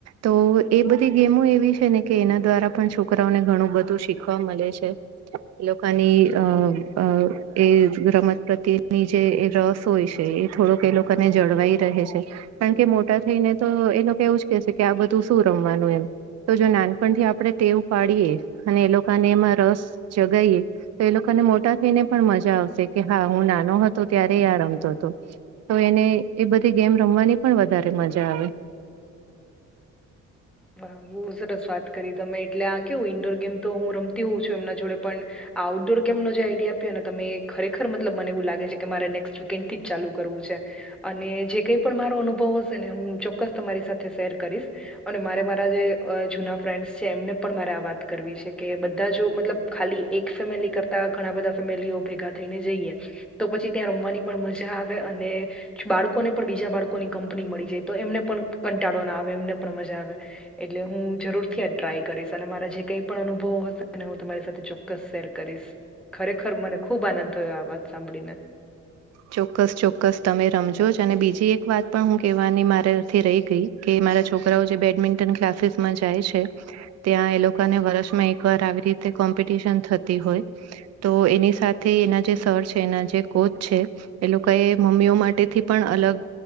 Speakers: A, on the right; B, in the centre.
A: તો એ બધ તે ગેમો એવી છે ને કે એના દ્વારા પણ છોકરાઓને ઘણું બધું શીખવા મલે છે. એ લોકોની અ એ રમત પ્રત્યેની જે રસ હોય છે એ થોડોક એ લોકોને જળવાઈ રહે છે. કારણ કે મોટા થઈ ને તો એ લોકો એવું જ કેશે કે આ બધું શું રમ તો જો નાનપણથી આપણે ટેવ પાડીએ અને એ લોકોને એમાં રસ જગાઇએ એ લોકોને મોટા થઈને પણ મજા આવશે કે હા, હું નાનો હતો ત્યારે આ રમતો હતો. તો એને એ બધી ગેમ રમવાની પણ વધારે મજા આવે.
B: હા, બહુ સરસ વાત કરી તમે એટલે આ કેવું ઇન્ડોર ગેમ તો હું રમતી હોઉં છું એમના જોડે પણ આઉટડોર ગેમનો જે આઈડિયા આપ્યો ને તમે એ ખરેખર મતલબ મને એવું લાગે છે કે મારે નેક્સ્ટ વીકેન્ડ થી જ ચાલુ કરવું છે. અને જે કઈ પણ મારો અનુભવ હશે ને હું ચોક્કસ તમારી સાથે શેર કરીશ અને મારે મારા જે જૂના ફ્રેન્ડ્સ છે, એમને પણ મારે આ વાત કરવી છે કે બધા જો મતલબ ખાલી એક ફેમિલી કરતા ઘણા બધા ફેમિલીઓ ભેગા થઈને જઈએ તો પછી ત્યાં રમવાની પણ મજા આવે અને બાળકોને પણ બીજા બાળકોની કંપની મળી જાય તો એમને પણ કંટાળો ના આવે એમને પણ મજા આવે. એટલે હું જરૂરથી આ ટ્રાય કરીશ અને મારા જે કઈ પણ અનુભવો હશેને હું તમારી સાથે ચોક્કસ શેર કરીશ. ખરેખર મને ખુબ આનંદ થયો આ વાત સાંભળીને
A: ચોક્કસ, ચોક્કસ તમે રમજો જ અને બીજી એક વાત પણ હું કેવાની મારાથી રહી ગઈ કે મારા છોકરાઓ જે બેડમિન્ટન ક્લાસીસમાં જાય છે ત્યાં એ લોકોને વર્ષમાં એક વાર આવી રીતે કોમ્પિટિશન થતી હોય તો એની સાથે એના જે સર છે એના જે કોચ છે એ લોકોએ મમ્મીઓ માટેથી પણે અલગ